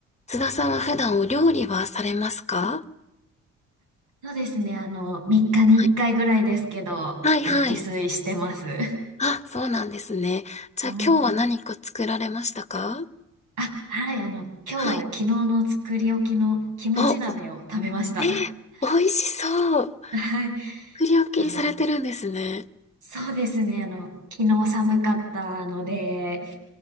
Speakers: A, on the left; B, on the right.
A: 津田さんは普段お料理はされますか
B: そうですね。あの、3日に1回ぐらいですけど、
A: はい、はい、
B: あの、
A: はい。
B: 自炊してます。
A: あ、そうなんですね。じゃあ今日は何か作られましたか
B: <laughs> はい。<laughs> あ、はい。あの、今日は昨日の作り置きのキムチ鍋を食べました。
A: はい。お、えー、
B: <laughs>
A: 美味しそう。
B: はい。<laughs>
A: 作り置きされてるんですね。
B: あの、そうですね。あの、昨日寒かったので、えっ